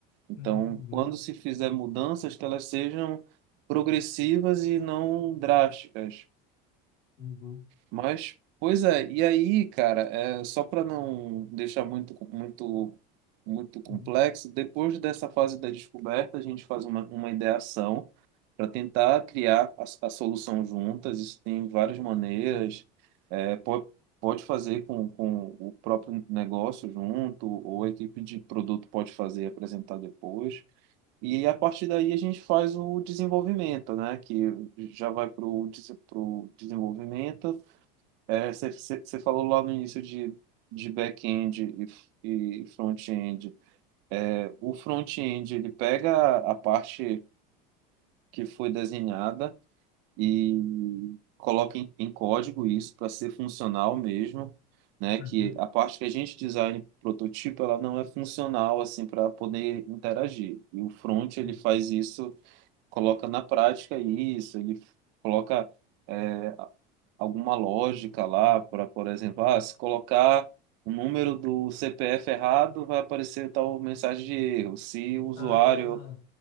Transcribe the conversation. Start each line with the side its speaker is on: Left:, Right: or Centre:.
Right: Então,
Left: Uhum,
Right: quando se fizer mudanças, que elas sejam progressivas e não drásticas.
Left: uhum,
Right: Mas, pois é, e aí, cara, é, só para não deixar muito, muito, muito complexo,
Left: uhum,
Right: depois dessa fase da descoberta, a gente faz uma, uma ideação para tentar criar a, a solução juntas. Isso tem várias maneiras. É, pode, pode fazer com, com o próprio negócio junto, ou a equipe de produto pode fazer e apresentar depois. E a partir daí a gente faz o desenvolvimento, né? Que já vai para o desenvolvimento. Você é, falou lá no início de, de back-end e, e front-end. É, o front-end ele pega a parte que foi desenhada e coloquem em código isso para ser funcional mesmo, né?
Left: uhum,
Right: Que a parte que a gente design prototipo, ela não é funcional assim para poder interagir. E o front ele
Left: sim.
Right: faz isso, coloca na prática isso, ele coloca é, alguma lógica lá para, por exemplo, ah, se colocar o número do CPF errado, vai aparecer tal mensagem de erro. Se o usuário,
Left: Ah,